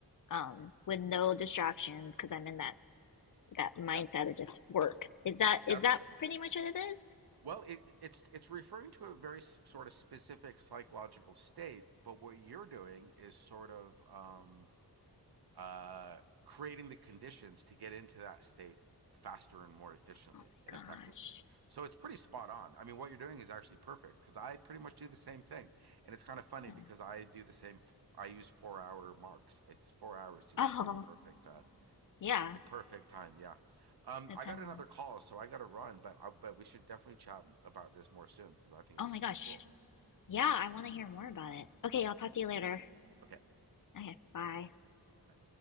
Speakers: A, on the left; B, on the right.
A: um, with no distractions because I'm in that that mindset
B: yeah.
A: of just work. Is that
B: That's
A: is that pretty much what it is?
B: well, it, it's it's referring to a very s- sort of specific psychological state, but what you're doing is sort of um, uh, creating the conditions to get into that state faster and more efficiently
A: Oh my
B: and
A: gosh.
B: effectively. So it's pretty spot on. I mean, what you're doing is actually perfect because I pretty much do the same thing. And it's kind of funny
A: Yeah.
B: because I do the same. I use four hour marks. It's four hours seems
A: Oh,
B: to be the perfect, uh,
A: yeah,
B: the perfect time. Yeah. Um,
A: that's
B: I
A: how
B: got
A: it was.
B: another call, so I got to run, but I, but we should definitely chat about this more soon because I think
A: Oh
B: it's
A: my
B: super
A: gosh.
B: cool.
A: Yeah, I want to hear more about it. Okay, I'll talk to you later.
B: Okay.
A: Okay, bye.
B: Bye.